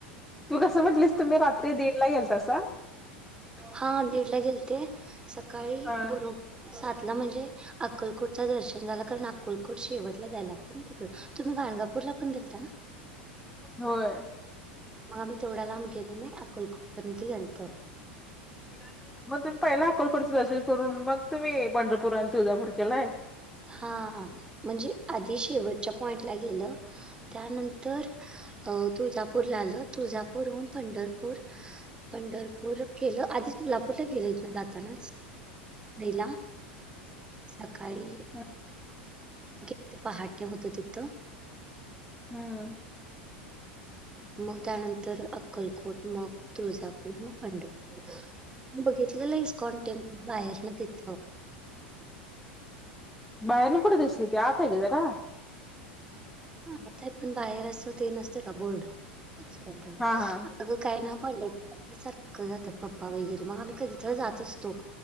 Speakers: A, in the centre; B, on the right.
A: तू कसं म्हंटलीस, तुम्ही रात्री दिड ला गेलतासा?
B: हा दीड ला गेलते. सकाळी
A: हा
B: बरो सात ला म्हणजे अक्कलकोटचा दर्शन झाला. कारण अक्कलकोट शेवटला जायला लागते ना तिकडे. तुम्ही गणगापूरला पण गेलता ना?
A: व्हय.
B: मग आम्ही तेवढ्या लांब गेलो नाही, अक्कलकोट पर्यंत गेलतो.
A: <unintelligible> मग तुम्ही पहिला अक्कलकोटच दर्शन करून, मग तुम्ही पंढरपूर आणि तुळजापूर केलाय?
B: हा म्हणजे आधी शेवटच्या पॉईंटला गेलं त्यानंतर अ -तुळजापूरला आलं. तुळजापूरहून पंढरपूर पंढरपूर केलं, आधी तुळजापूरला गेलं इथन जातानाच. पहिला. सकाळी
A: हा.
B: <unintelligible> पहाटे होतं तिथं.
A: हम्म.
B: मग त्यानंतर अक्कलकोट मग तुळजापूर, मग पंढरपूर. बघितलेलं इस्कॉन टेम्पल बाहेरन तिथ.
A: बाहेर न कुठं दिसतय ते, आत आहे ग जरा.
B: आताय पण बाहेर अस ते नसत का बोर्ड <unintelligible>
A: हा
B: अगं
A: हा
B: काय ना पंढरपुरात सारखं जातात पप्पा वगैरे. मग आम्ही कधी तर जात असतो.